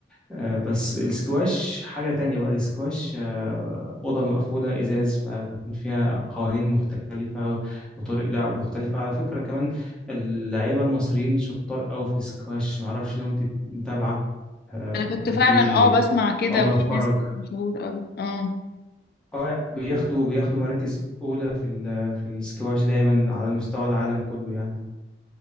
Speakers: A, in the centre; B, on the left (about 55°).
A: آه، بس السكواش حاجة تانية بقى السكواش آه، أوضة مقفولة إزاز فبيكون فيها قوانين مختلفة وطريق لعب مختلفة على فكرة كمان اللعيبة المصريين شطار أوي في السكواش معرفش لو أنت متابعة
B: انا كنت
A: كان
B: فعلا
A: في
B: اه بسمع كده
A: عمر
B: وفي
A: فرج
B: ناس مشهور قوي اه
A: اه بياخدوا بياخدوا مراكز أولى في ال- في السكواش دايما على مستوى العالم كله يعني